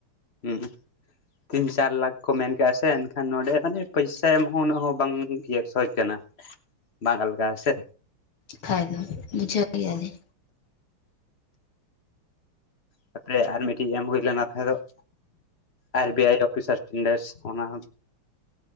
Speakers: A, on the left; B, on the left.
A: ᱦᱩᱸ ᱛᱤᱱ ᱪᱟᱨ ᱞᱟᱠᱷ ᱠᱚ ᱢᱮᱱ ᱠᱟᱜᱼᱟ ᱥᱮ ᱮᱱᱠᱷᱟᱱ ᱱᱚᱰᱮ ᱢᱟᱱᱮ ᱯᱟᱭᱥᱟ ᱮᱢ ᱦᱚᱸ ᱩᱱᱟᱹᱜ ᱦᱚᱸ ᱵᱟᱝ ᱥᱚᱦᱚᱡ ᱠᱟᱱᱟ ᱵᱟᱝ ᱟᱞᱜᱟ ᱟᱥᱮ
B: ᱵᱟᱠᱷᱟᱡ ᱫᱚ ᱵᱩᱡᱷᱟᱹᱣ ᱜᱮᱭᱟᱞᱤᱧ
A: ᱛᱟᱯᱚᱨᱮ ᱟᱨ ᱢᱤᱼᱴᱤᱡ ᱮᱢ ᱦᱩᱭ ᱞᱮᱱᱟ ᱛᱟᱦᱮᱸᱫᱚᱜ R B I of officer tenders ᱚᱱᱟ